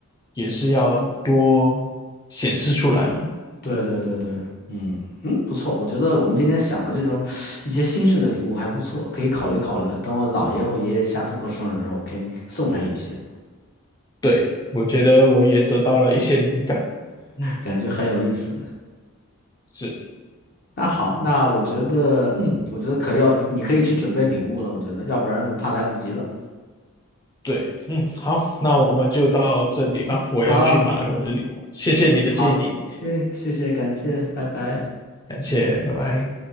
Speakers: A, on the left; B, on the left.
A: 也是要多显示出来嘛。
B: 对对对对，嗯嗯，不错，我觉得我们今天想的这种一些新式的礼物还不错，可以考虑考虑，等我姥爷或爷爷下次过生日的时候，我可以送他一些，
A: 对，我觉得我也得到了一些灵感。嗯，
B: 感觉很有意思。
A: 是，
B: 那好，那我觉得，嗯，我觉得可要，你可以去准备礼物了。我觉得，要不然我怕来不及了。
A: 对，嗯，好，那我们就到这里吧。我要去买我的礼物，
B: 啊，
A: 谢谢你的建议，
B: 嗯，好，谢谢谢，感谢，拜拜。
A: 感谢，拜拜。